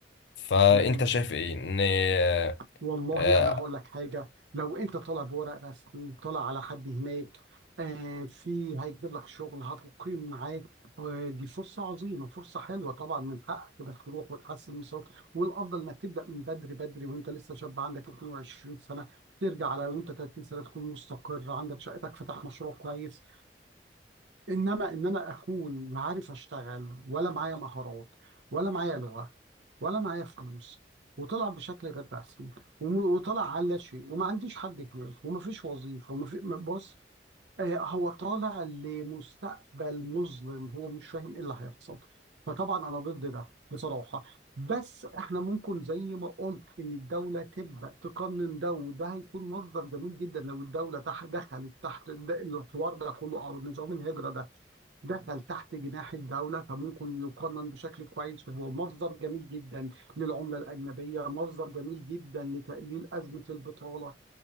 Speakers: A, on the left; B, on the right.
A: فانت
B: تمام
A: شايف ايه ان آه،
B: والله
A: آه،
B: انا هقول لك حاجه لو انت طالع بورق رسمي طالع على حد هناك آه في هيجيب لك شغل هتقيم معاه آه دي فرصه عظيمه فرصه حلوه طبعا من حقك انك تروح وتحسن من صوتك والافضل انك تبدا من بدري بدري وانت لسه شاب عندك 22 سنه ترجع على وانت 30 سنه تكون مستقر عندك شقتك فتح مشروع كويس انما ان انا اكون لا عارف اشتغل ولا معايا مهارات ولا معايا لغه ولا معايا فلوس وطلع بشكل غير رسمي وم- وطلع على لا شيء وما عنديش حد هناك وما فيش وظيفه وما في بص آه، هو طالع لمستقبل مظلم هو مش فاهم ايه اللي هيحصل فطبعا انا ضد ده بصراحه بس احنا ممكن زي ما قلت ان الدوله تبدا تقنن ده وده هيكون مصدر جميل جدا لو الدوله تح دخلت تحت ده- الحوار ده كله او نظام الهجره ده دخل تحت جناح الدولة فممكن يقنن بشكل كويس وهو مصدر جميل جدا للعملة الأجنبية مصدر جميل جدا لتقليل أزمة البطالة